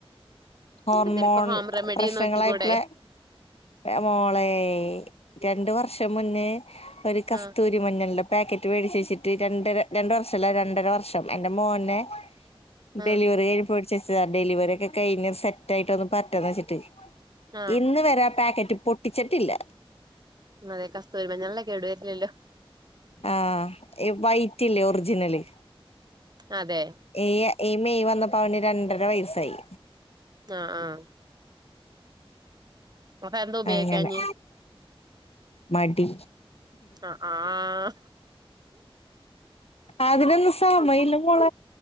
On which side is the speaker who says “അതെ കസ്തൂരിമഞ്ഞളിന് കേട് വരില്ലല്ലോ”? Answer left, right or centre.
Right